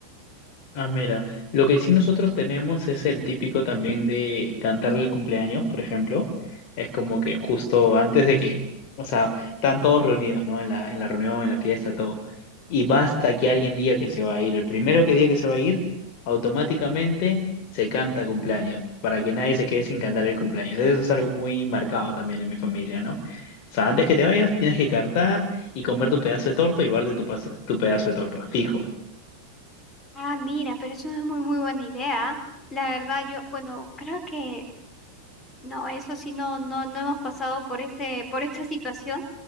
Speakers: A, on the left; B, on the left.
A: Ah, mira, lo que sí nosotros tenemos es el típico también de cantarle el cumpleaños, por ejemplo. Es como que justo antes de que, o sea, están todos reunidos, ¿no? En la, en la reunión, en la fiesta, todo. Y basta que alguien diga que se va a ir. El primero que diga que se va a ir, automáticamente se canta cumpleaños, para que nadie se quede sin cantar el cumpleaños. Eso es algo muy marcado también en mi familia, ¿no? O sea, antes que te vayas, tienes que cantar y comer tu pedazo de torta y llevarte tu, pas- tu pedazo de torta, fijo.
B: Ah, mira, pero es una muy, muy buena idea. La verdad, yo, bueno, creo que no, eso sí, no, no, no hemos pasado por ese, por esa situación,